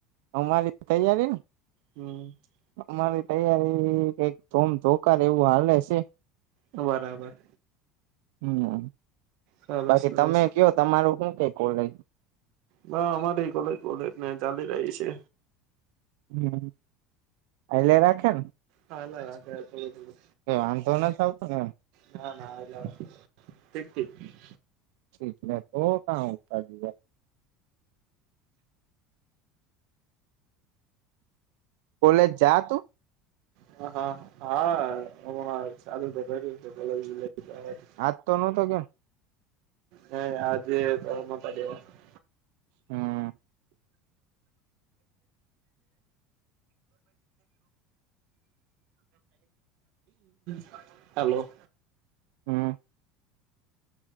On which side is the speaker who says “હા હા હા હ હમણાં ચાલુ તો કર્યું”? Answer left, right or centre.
Right